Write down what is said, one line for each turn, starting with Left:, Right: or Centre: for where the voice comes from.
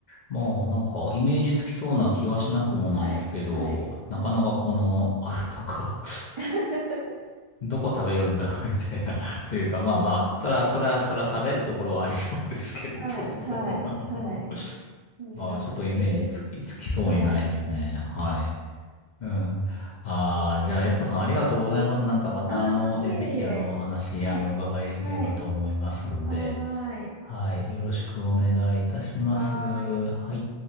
Left: まあ、なんか、イメージつきそうな気はしなくもないですけど、
Right: はい、はい、
Left: なかなかこのアルパカ
Right: はい。
Left: <laughs>
Right: <laughs>
Left: どこ食べるんだろう <laughs> みたいな <laughs> というか、まあまあ、そら、そら、そら食べるところはありそうですけれども
Right: はい、はい、
Left: <laughs> あの、
Right: はい。面白かったです。
Left: まあー、ちょっとイメージつき、つきそうにないですね。
Right: はい。
Left: はい。うん。ああ、じゃあ、悦子さんありがとうございます。なんかまた、
Right: ああ、
Left: あの、
Right: いえいえ。
Left: え、ぜひ、あの、お話、
Right: はい。
Left: あの、お伺いできればと思いますんで、
Right: はい。はーい。
Left: はい。よろしくお願いいたします。
Right: はーい。
Left: はい。